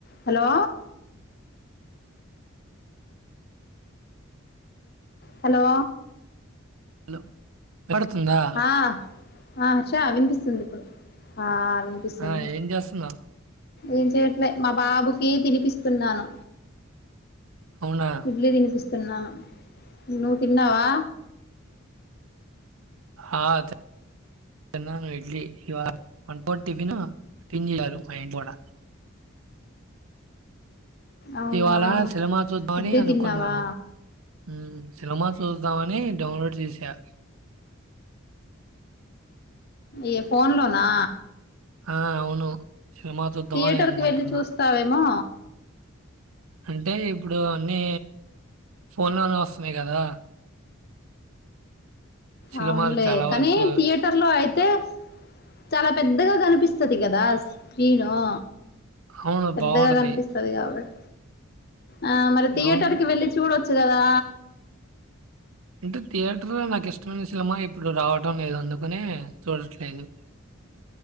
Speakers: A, on the left; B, on the right.
A: Hello hello
B: హో <unintelligible> పడుతుందా
A: ఆ ఆ హర్ష వినిపిస్తుంది ఇప్పుడు ఆ ఆ వినిపిస్తంది
B: ఆ! ఏం చేస్తున్నావు?
A: ఏం చెయట్లే మా బాబుకి తినిపిస్తున్నాను
B: అవునా!
A: ఇడ్లీ తినిపిస్ తిన్నాను నువ్వు తిన్నావా
B: ఆ తీ తిన్నాను ఇడ్లీ ఇ వాల్ one four tiffin తినిలారు <unintelligible> my bonda
A: అవునా
B: ఇవాళ సిలామా చూద్దామని
A: ఇడ్లీ
B: అనుకున్నాను
A: తిన్నావా
B: ఉమ్ సినమా చూద్దామని డౌన్లోడ్ చేసా
A: ఏ ఫోన్ లోనా
B: ఆ అవును సినిమా చూద్దామని
A: థియేటర్
B: అనుకుంటున్నా.
A: కి వెళ్ళి చూస్తావేమో
B: అంటే ఇప్పుడు నీ ఫోన్లోనే వస్తున్నాయి కదా సినిమాలు
A: అవునులే
B: చాలా
A: కానీ
B: వరకు.
A: థియేటర్ లో అయిత్ తే చాలా పెద్దగా కనిపిస్తది కదా స్క్రీన్ ఆ
B: అవును
A: పెద్దగా
B: బావుంటది.
A: కనిపిస్తది కాబట్ ఆ మరి థియేటర్
B: అవును.
A: కి వెళ్ళి చూడొచ్ కదా
B: అం త్ థియేటర్ లో నాకు ఇష్టమైన సినిమా ఇప్పుడు రావడం లేదు అందుకనే చూడట్లేదు